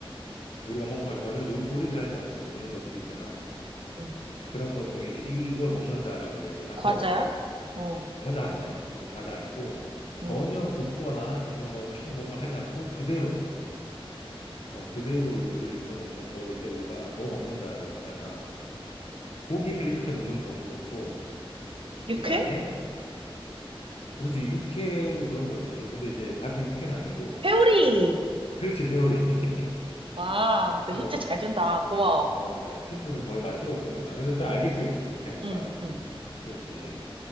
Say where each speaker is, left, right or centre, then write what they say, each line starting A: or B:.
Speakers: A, on the left; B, on the right.
A: 우리가 먹는 걸 전혀 조, 조리를 하지 않고 먹는 것들이 있잖아.
B: 응.
A: 그런 것 중에 이제 이- 이걸 먹는다라고 얘기를 하고,
B: 과자야? 어,
A: 과자 아니야. 이건 과자 아니고, 전혀
B: 응.
A: 굽거나 전혀 뭔가 한- 뭔가를 하지 않고 그대로, 어, 그대로 요리를 해서 먹는, 먹을 때 우리가 뭐 먹는다라고 하잖아. 고기를 이렇게 먹는 경우도 있고,
B: 육회?
A: 그 다음에 어, 그치, 육회도 그런 거지. 근데 이제 답이 육회는 아니고,
B: 회오리!
A: 그렇지, 회오리. <laughs>
B: 와, 너
A: 뭐,
B: 힌트 잘 준다. 고마워.
A: 어, 네, 힌트를 거의 맞추라고 준 거잖아. 근데 딱 알겠지, 그러니까, 그렇게 하니까.
B: 응, 응.
A: 그렇지.